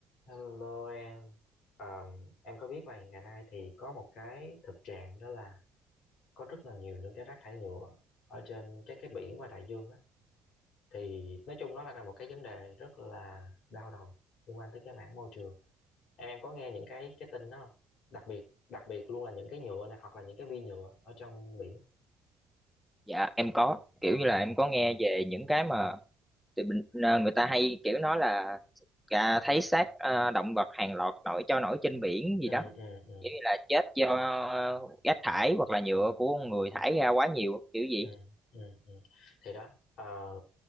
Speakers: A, on the left; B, in the centre.
A: Hello em, Ờm, em có biết là ngày nay thì có một cái thực trạng đó là có rất là nhiều những cái rác thải nhựa ở trên các cái biển và đại dương á. Thì nói chung nó là một cái vấn đề rất là đau đầu liên quan tới cái mảng môi trường. Em em có nghe những cái cái tin đó không? Đặc biệt đặc biệt luôn là những cái nhựa này hoặc là những cái vi nhựa ở trong biển.
B: Dạ em có kiểu như
A: Ờ.
B: là em có nghe về những cái mà tụi mình à, người ta hay kiểu nói là à, thấy xác à, động vật hàng loạt nổi cho nổi trên biển
A: Ừ,
B: gì đó
A: ừ, ừ,
B: kiểu như là chết do à, rác thải hoặc là nhựa của con người thải ra quá nhiều kiểu gì
A: ừ, ừ, ừ. Thì đó, ờ,